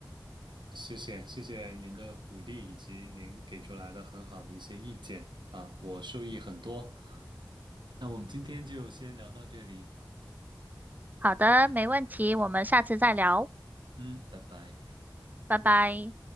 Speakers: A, on the right; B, on the right.
A: 谢谢，谢谢您的鼓励以及您给出来的很好的一些意见啊，我受益很多。那我们今天就先聊到这里，
B: 好的，没问题，我们下次再聊，
A: 嗯，拜拜。
B: 拜拜。